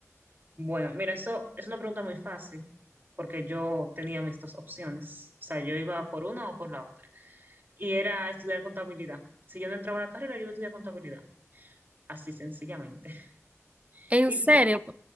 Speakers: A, on the right (about 40°); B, on the right (about 25°).
A: Bueno, mira, eso es una pregunta muy fácil, porque yo tenía mis dos opciones. O sea, yo iba por una o por la otra. Y era estudiar contabilidad. Si yo no entraba a la carrera, yo iba a estudiar contabilidad. Así sencillamente. <laughs>
B: En
A: ¿Y
B: serio,
A: tú?
B: p-